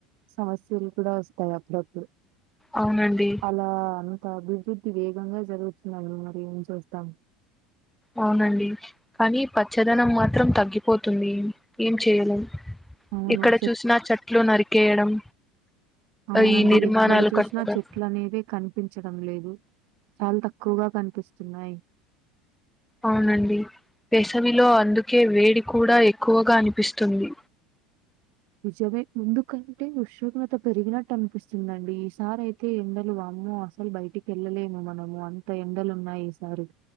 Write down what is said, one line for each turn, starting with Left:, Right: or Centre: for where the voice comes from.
Right: సమస్య లు కూడా వస్తాయి అప్పుడప్పుడు
Centre: అవునండి
Right: అలా అభివృద్ధి వేగంగా జరుగుతుందడి మరి ఏం చేస్తాం
Centre: అవునండి కానీ పచ్చదనం మాత్రం తగ్గిపోతుంది ఏం చేయలేం
Right: అవును.
Centre: ఎక్కడ
Right: చెట్
Centre: చూసినా చెట్లు నరికేయడం
Right: అవునండి
Centre: ఈ నిర్మాణాలు
Right: ఎక్కడ చూసినా
Centre: కట్టడం
Right: చెట్లు అనేదే కనిపించడం లేదు చాలా తక్కువగా కనిపిస్తున్నాయి
Centre: అవునండి వేసవిలో అందుకే వేడి కూడా ఎక్కువగా అనిపిస్తుంది
Right: నిజమే ముందుకంటే ఉష్ణోగ్రత పెరిగినట్టు అనిపిస్తుందండి ఈసారి అయితే ఎండలు వామొ మ్మొ అసలు బయటికి వెళ్ళలేము మనము అంత ఎండలు ఉన్నాయి ఈసారి